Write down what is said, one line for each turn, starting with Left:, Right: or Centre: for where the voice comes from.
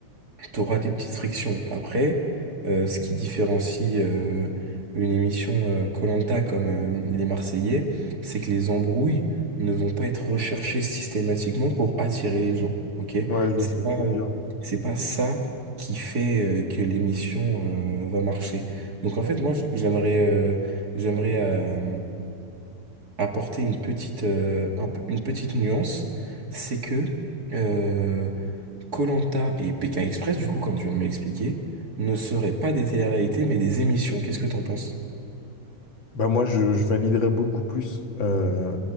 Right: T'auras des petites frictions. Après, euh, ce qui différencie euh, une émission koh comme euh, les Marseillais, c'est que les embrouilles ne vont pas être recherchées systématiquement pour attirer les gens. Ok?
Left: Ouais, je vois
Right: C'est
Left: ce que
Right: pas,
Left: tu veux
Right: euh,
Left: dire.
Right: c'est pas ça qui fait euh, que l'émission euh, va marcher. Donc en fait, moi, j- j'aimerais, euh, j'aimerais euh, apporter une petite, euh, un peu- une petite nuance, c'est que euh, Koh-Lanta et Pékin Express, du coup, comme tu viens de m'expliquer, ne seraient pas des téléréalités, mais des émissions. Qu'est-ce que t'en penses?
Left: Bah moi, je, je validerais beaucoup plus euh,